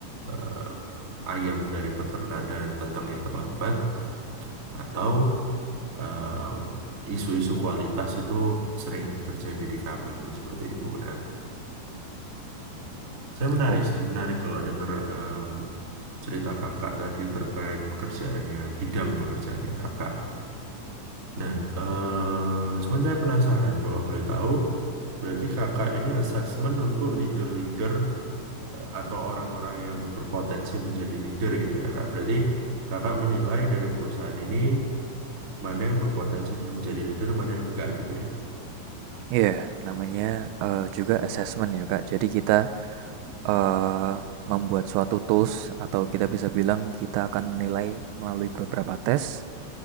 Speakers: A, on the right; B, on the right.
A: eh, ayam dari peternak dan datangnya terlambat atau em, isu-isu kualitas itu sering terjadi di kami seperti itu. Nah, saya menarik
B: Oh
A: sih, menarik kalau dengar em, cerita kakak tadi terkait pekerjaannya, bidang pekerjaannya kakak. Nah, eh, cuman saya penasaran kalau boleh tahu, berarti kakak ini assessment untuk leader-leader eh, atau orang-orang yang berpotensi menjadi leader gitu ya kak. Berarti kakak menilai dari perusahaan ini mana yang berpotensi menjadi leader, mana yang enggak gitu ya.
B: iya yeah, namanya eh, juga assessment ya kak. Jadi kita eh, membuat suatu tools atau kita bisa bilang kita akan menilai melalui beberapa tes,